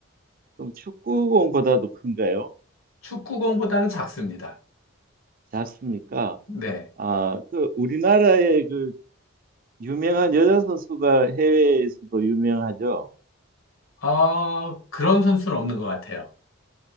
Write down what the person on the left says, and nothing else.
축구공보다는 작습니다.
네.
아, 그런 선수는 없는 것 같아요.